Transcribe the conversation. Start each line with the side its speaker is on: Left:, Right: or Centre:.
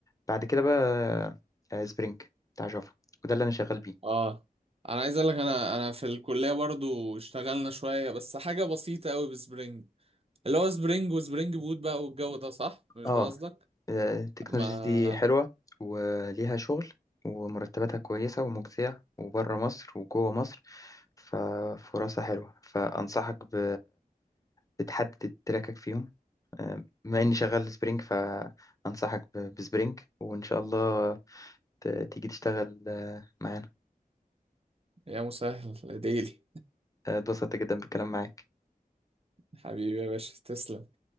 Left: بعد كده بقى آه، سبرينج بتاع جافا وده اللي أنا شغال بيه
Right: اه انا عايز اقول لك انا انا في الكلية برضو اشتغلنا شوية بس حاجة بسيطة قوي بسبرينج اللي هو سبرينج وسبرينج بوت بقى والجو ده صح مش
Left: اه
Right: ده قصدك
Left: آه، التكنولوجيز
Right: ما
Left: دي حلوة وليها شغل ومرتباتها كويسة ومجزية وبره مصر وجوه مصر ففرصها حلوة فأنصحك ب... بتحدد تراكك فيهم آه، بما إني شغال سبرينج فأنصحك ب- بسبرينج وإن شاء الله ت- تيجي تشتغل آه، معانا
Right: يا مسهل يا ديلي
Left: آه، اتبسطت جدا بالكلام معاك
Right: حبيبي يا باشا تسلم